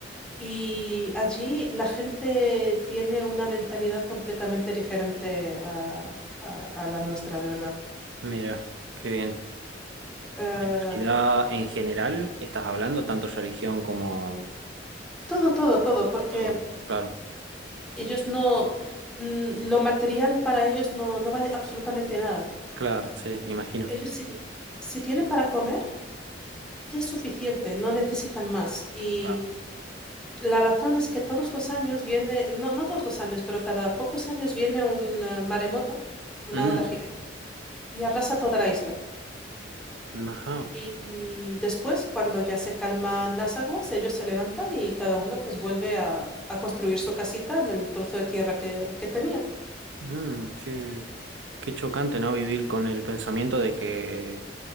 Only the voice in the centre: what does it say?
Y allí la gente tiene una mentalidad completamente diferente a, a- a la nuestra, de verdad.
Eh,
todo, todo, todo, porque
ellos no, mm, lo material para ellos no, no vale absolutamente nada.
Ellos
si,
si tienen para comer, ya es suficiente, no necesitan más. Y
la razón es que todos los años viene, no, no todos los años, pero cada pocos años viene un eh, maremoto, una
ola gigante, y arrasa toda la isla.
Y, y después, cuando ya se calman las aguas, ellos se levantan y cada uno pues vuelve a, a construir su casita en el trozo de tierra que, que tenía.